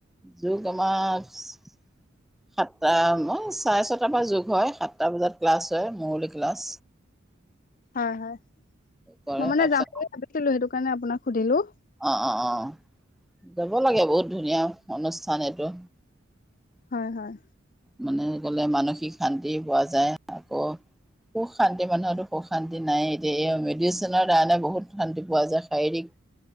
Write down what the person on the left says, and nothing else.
হয় হয়
মই মানে
যাম বুলি ভাবিছিলোঁ, সেইটো কাৰণে আপোনাক সুধিলোঁ।
হয়, হয়।